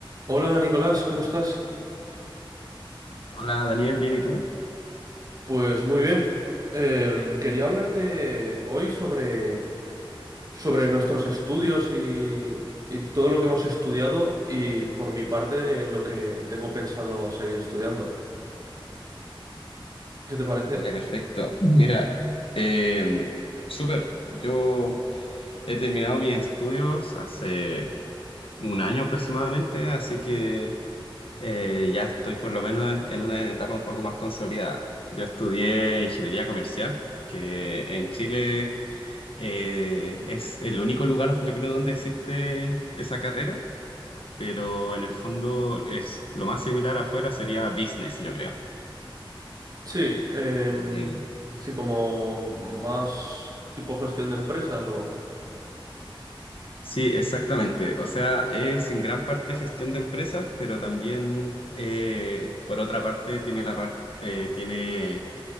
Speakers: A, on the right; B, on the left.
A: Hola Nicolás, ¿cómo estás?
B: Hola Daniel, ¿bien y tú?
A: Pues muy bien. Em, quería hablarte hoy sobre, sobre nuestros estudios y, y todo lo que hemos estudiado y por mi parte eh, lo que tengo pensado seguir estudiando. ¿Qué te parece?
B: Vale, perfecto. Mira, eh, súper. Yo he terminado mis estudios hace un año aproximadamente, así que eh, ya estoy por lo menos en una etapa un poco más consolidada. Yo estudié ingeniería comercial, que en Chile eh, es el único lugar, yo creo, donde existe esa carrera, pero en el fondo es lo más similar afuera sería business, yo creo.
A: Sí, em,
B: Em,
A: sí, como más tipo gestión de empresas o...
B: Sí, exactamente. O sea, es en gran parte gestión de empresas, pero también, eh, por otra parte, tiene la par- eh, tiene